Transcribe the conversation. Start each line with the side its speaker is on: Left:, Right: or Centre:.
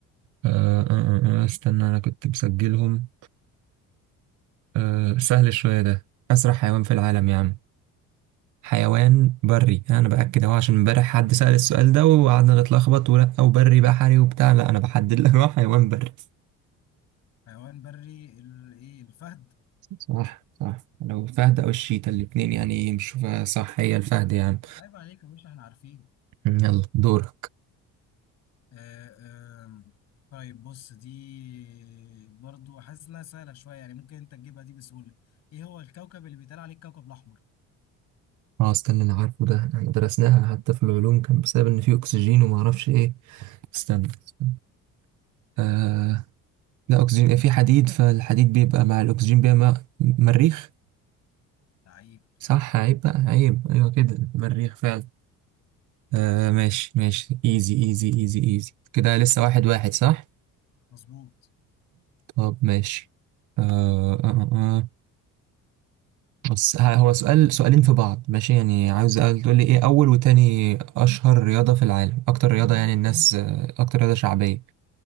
Right: آه آه آه آه، استنى انا كنت مسجلهم آه سهل شوية ده اسرع حيوان في العالم يا عم حيوان بري انا باكد اهو عشان امبارح حد سأل السؤال ده وقعدنا نتلخبط ولا او بري بحري وبتاع لا انا بحدد لك هو حيوان بري
Left: حيوان بري ال- ايه الفهد
Right: صح صح لو الفهد او الشيتا الاتنين يعني مش صح هي الفهد يعني
Left: عيب عليك يا باشا احنا عارفين
Right: يلا دور
Left: آه، آه، طيب بص دي برضو حاسس انها سهله شويه يعني ممكن انت تجيبها دي بسهوله ايه هو الكوكب اللي بيتقال عليه الكوكب الاحمر
Right: اه استنى انا عارفه ده احنا درسناها حتى في العلوم كان بسبب ان في اكسجين وما اعرفش ايه استنى, استنى. آه لا اكسجين في حديد فالحديد بيبقى مع الاكسجين بيبقى مع مريخ
Left: لعيب
Right: صح عيب بقى عيب ايوه كده مريخ فعلا آه ماشي ماشي ايزي ايزي ايزي ايزي كده لسه واحد واحد صح
Left: مظبوط
Right: طب ماشي آه آه آه. بس ه- هو سؤال سؤالين في بعض ماشي يعني عاوز أقل- تقول لي ايه اول وتاني اشهر رياضة في العالم اكتر رياضة يعني الناس آه، اكتر رياضة شعبية